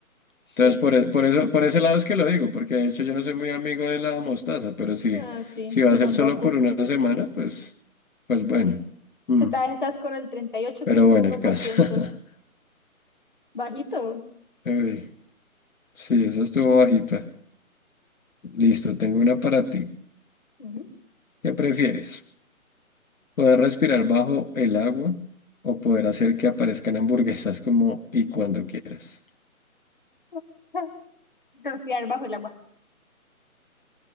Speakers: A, on the left; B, on the left.
A: Sí,
B: Entonces, por, e- por eso, por ese lado es que lo digo, porque de hecho yo no soy muy amigo de la mostaza, pero si,
A: ah, sí,
B: si va
A: yo
B: a ser
A: tampoco.
B: solo por una semana, pues, pues bueno.
A: Mm.
B: Mm,
A: Esta vez estás con el 38.1%.
B: Pero bueno, el caso. <laughs>
A: Bajito.
B: Ey, sí, esa estuvo bajita. Listo, tengo una para ti.
A: Ujú.
B: ¿Qué prefieres? ¿Poder respirar bajo el agua o poder hacer que aparezcan hamburguesas como y cuando quieras?
A: <laughs> Te los tirar bajo el agua.